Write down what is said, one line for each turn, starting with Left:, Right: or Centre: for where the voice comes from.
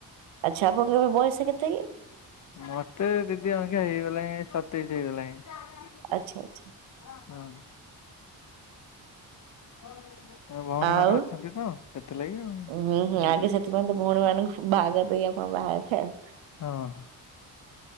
Right: ଆଚ୍ଛା ଆପଣଙ୍କ ର ବୟସ କେତେ କି।
Left: ମତେ ଦିଦି ଅବିକା ହେଇଗଲାଣି ସତେଇଶ ହେଇଗଲାଣି।
Right: ଆଚ୍ଛା ଆଚ୍ଛା।
Left: ହଁ। ହଁ। ଭଉଣୀ
Right: ଆଉ
Left: ମାନେ ଅଛନ୍ତି ତ ସେଥିଲାଗି ଆଉ
Right: ହୁଁ ହୁଁ
Left: ହଉ
Right: ଆଗେ ସେଥିପାଇଁ ତ ଭଉଣୀ ମାନଙ୍କୁ ବାହା କରିଦେଇକି ଆପ୍ ମୋ ବାହାରେ ଥାଏ।
Left: ହଁ।